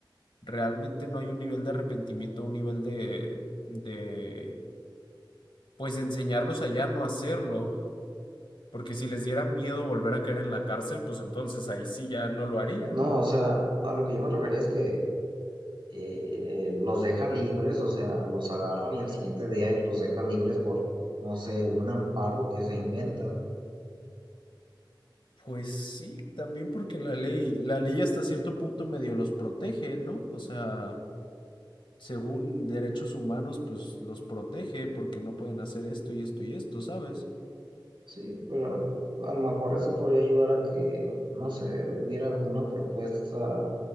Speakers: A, on the left; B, on the right.
A: realmente no hay un nivel de arrepentimiento, un nivel de, de, pues de enseñarlos a ya no hacerlo. Porque si les diera miedo volver a caer en la cárcel, pues entonces ahí sí ya no lo harían.
B: No, o sea, a lo que yo me refería es que eh, los dejan libres, o sea, los agarran y al siguiente día los dejan libres por, no sé, un amparo que se inventan.
A: Pues sí, también porque la ley, la ley hasta cierto punto medio los protege, ¿no? O sea, según derechos humanos, pues los protege porque no pueden hacer esto y esto y esto, ¿sabes?
B: Sí, pero a lo mejor eso podría ayudar a que, no sé, hubiera alguna propuesta